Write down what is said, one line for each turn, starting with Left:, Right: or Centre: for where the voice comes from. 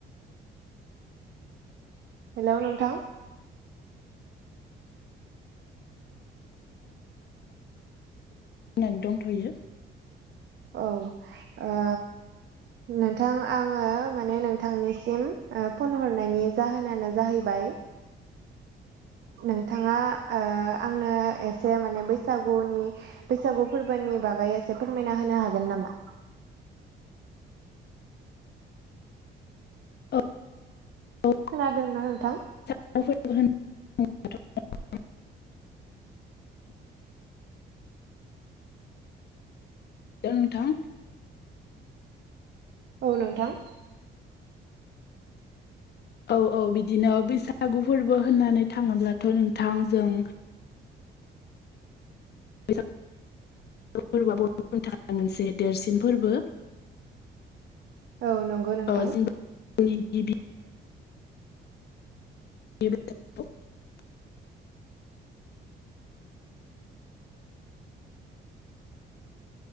Right: हेलौ नोंथां!
Left: <unintelligible> दंथ'यो।
Right: औ ओ नोंथां आङो माने नोंथांनिसिम ओ फन हरनायनि जाहोनानो जाहैबाय नोंथाङा ओ आंनो एसे माने बैसागुनि बैसागु फोरबोनि बागै एसे फोरमायना होनो हागोन नामा?
Left: औ। औ
Right: खोनादोंना नोंथां?
Left: <unintelligible> दों नोंथां।
Right: औ नोंथां।
Left: औ औ बिदिनो बैसागु फोरबो होननानै थाङोब्लाथ' नोंथां जों <unintelligible> फोरबोआ बुर'फोरनि थाखाय मोनसे देरसिन फोरबो।
Right: औ नंगौ नोंथां।
Left: ओ जों <unintelligible> गिबि <unintelligible>